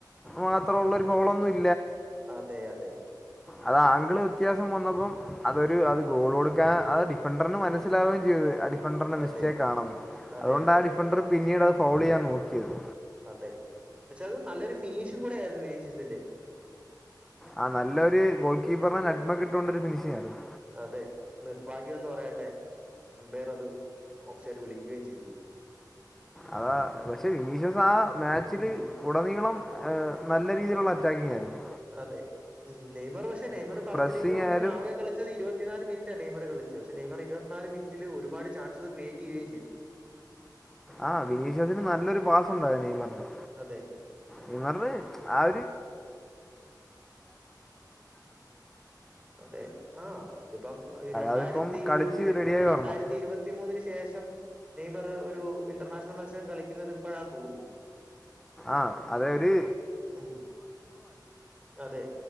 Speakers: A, in the centre; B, on the right.
A: മാത്രമുള്ള ഒരു ഫൗളൊന്നും ഇ
B: അതെ അതെ
A: അത് ആങ്കിള് വ്യത്യാസം വന്നപ്പം അതൊരു അത് ഗോള് കൊടുക്കാൻ അത് ഡിഫണ്ടറിന് മനസ്സിലാവുകയും ചെയ്തു അഡി ഡിഫൻഡറിൻ്റെ മിസ്റ്റേക്ക്
B: അതെ
A: ആണെന്ന്
B: അതെ
A: അതുകൊണ്ടാ
B: അതെ
A: ഡിഫൻഡർ പിന്നീട് അത് ഫൗളെയ്യാൻ നോക്കിയത്
B: അതെ പക്ഷെ അത് നല്ലൊരു ഫിനീഷിംഗ് കൂടെ ആയിരുന്നു ഫിനീഷിസിന്റെ
A: ആ നല്ല ഒരു ഗോൾ കീപ്പറിനെ നഡ്മക്ക് ഇട്ടോണ്ടൊരു ഫിനിഷിംഗ് ആയിരുന്നത്
B: അതെ നിർഭാഗ്യംന്ന് പറയട്ടെ അംമ്പയർ അത് ഓഫ്സൈഡ് വിളിക്കുകയും ചെയ്തു
A: അതാ പക്ഷെ വിനീഷസ് ആ മാച്ചില്
B: ഉം
A: ഉടനീളം അ നല്ല രീതിയിലുള്ള അറ്റാക്കിങ് ആയിരുന്നു
B: അതെ ഉം നെയ്മറ് പക്ഷെ നെയ്മറ് കളത്തിലേക്ക്
A: പ്രസ്സിങ്
B: വന്ന്
A: ആയാലും
B: ആകെ കളിച്ചത് ഇരുപത്തിനാല് മിനിറ്റാ നെയ്മറ് കളി പക്ഷെ നെയ്മറ് ഇരുപത്തിനാല് മിനിറ്റില് ഒരുപാട് ചാൻസസ് ക്രിയേറ്റ് ചെയ്യുകയും ചെയ്തു
A: ആഹ് ബിനീഷ്സിന് നല്ലൊരു പാസുണ്ടായി നെയ്‌മറിന്
B: അതെ
A: നെയ്മെറിന് അ
B: അതെ ആ ഇതിപ്പം രണ്ടായിരത്തി
A: അതിപ്പം കളിച്ച്
B: എനക്കൊന്ന്
A: റെഡിയായി
B: രണ്ടായിരത്തി
A: വരണം
B: ഇരുപത്തിമൂന്നിന് ശേ ഷം നെയ്മർ ഒരു ഇന്റർനാഷണൽ മത്സരം കളിക്കുന്നത് ഇപ്പോഴാ തോന്നുന്നു
A: ആഹ് അതെരു
B: ഉം അതെ